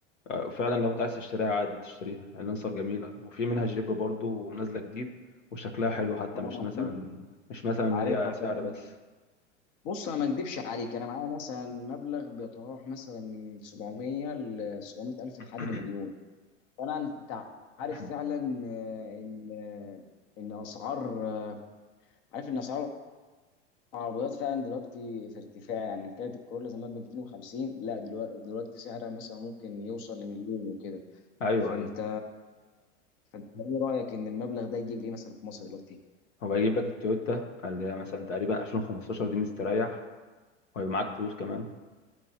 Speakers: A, on the left; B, on the left.
A: اه، وفعلا لو انت عايز تشتريها عادي تشتريها اللانسر جميلة وفي منها جيب برضو ونازلة جديد وشكلها حلو حتى
B: اه
A: مش مثلا مش مثلا
B: عارفها
A: هي سعر
B: فعلا
A: بس
B: بص انا ما اكدبش عليك انا معايا مثلا مبلغ بيتراوح مثلا من 700 ل 700 الف
A: <coughs>
B: لحد مليون فانا انت عارف
A: <clears throat>
B: فعلا آه، ان آه، ان اسعار آه، عارف ان اسعار العربيات فعلا دلوقتي في ارتفاع يعني كانت الكورولا زمان ب 250 لا دلوقتي دلوقتي سعرها مثلا ممكن يوصل لمليون وكده
A: ايوه
B: فانت
A: ايوه
B: فانت ايه رايك ان المبلغ ده يجيب لي إيه مثلا في مصر دلوقتي
A: هو هيجيب لك التويوتا اللي هي مثلا تقريبا 2015 دي مستريح وهيبقى معاك فلوس كمان